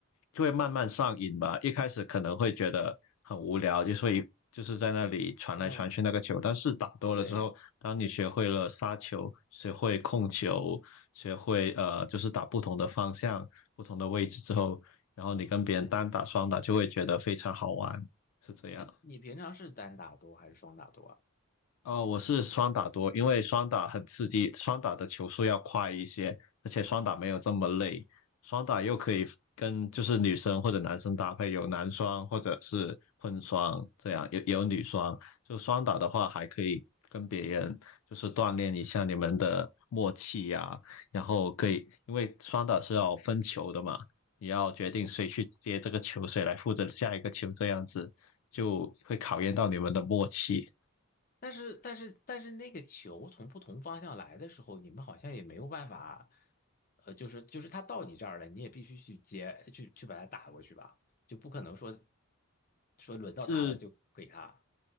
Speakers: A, on the left; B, on the left.
A: 就会慢慢上瘾吧。一开始可能会觉得很无聊，就所以就是在那里传来传去那个球。
B: 嗯，
A: 但是打多了之后，
B: 对。
A: 当你学会了杀球，学会控球，学会呃就是打不同的方向、不同的位置之后，然后你跟别人单打、双打就会觉得非常好玩，是这样。
B: 哎，你平常是单打多还是双打多啊？
A: 哦，我是双打多，因为双打很刺激，双打的球速要快一些，而且双打没有这么累，双打又可以跟就是女生或者男生搭配，有男双或者是混双这样，有有女双，就双打的话还可以跟别人就是锻炼一下你们的默契呀、然后可以因为双打是要分球的嘛，你要决定谁去接这个球，谁来负责下一个球，这样子就会考验到你们的默契。
B: 但是但是但是那个球从不同方向来的时候，你们好像也没有办法，呃，就是就是他到你这儿了，你也必须去接，去去把它打过去吧，就不可能说说轮到他了就给他。
A: 是